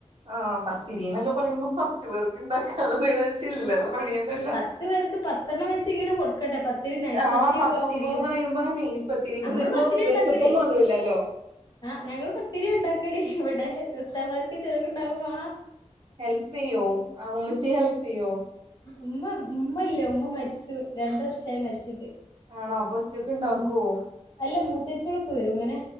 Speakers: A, on the right; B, on the left.
A: ആഹ് പത്തിരി എന്നൊക്കെ പറയുമ്പോ പത്ത് പേർക്ക് ഇണ്ടാക്കാ ചില്ലറ
B: ആഹ്
A: പണിയല്ലല്ലോ
B: പത്ത് പേർക്ക് പത്തെണ്ണം വെച്ചെങ്കിലും കൊടുക്കണ്ട്ടെ പ പത്തിരി നൈസ്
A: ആഹ്
B: പത്രി
A: പത്തിരിന്ന്
B: ഒക്കെ ആകുമ്പോ
A: പറയുമ്പോ നെയ്സ് പത്തിരിന്ന്
B: നമ്മള്
A: പറയുമ്പോ
B: പത്തിരിയാ
A: വിശപ്പും
B: ഉണ്ടാക്കല്
A: മാറൂലല്ലോ
B: ആഹ് ഞങ്ങള് പത്തിരിയാ ഉണ്ടാക്കല് ഇവിടെ ഉസ്താന്മാർക്ക് ചെലവുണ്ടാകും വാ
A: ഹെൽപ്‌യ്യുവോ ആ ഉമ്മിച്ചി ഹെൽപ്‌യ്യുവോ
B: ഉമ്മ ഉമ്മ ഇല്ല ഉമ്മ മരിച്ചു രണ്ട് വർഷായി മരിച്ചിട്ട്
A: ആണോ അപ്പൊഒറ്റക്ക്ണ്ടാകുവോ
B: ഉം അല്ല മൂത്തേച്ചകളൊക്കെ വരും ങ്ങനെ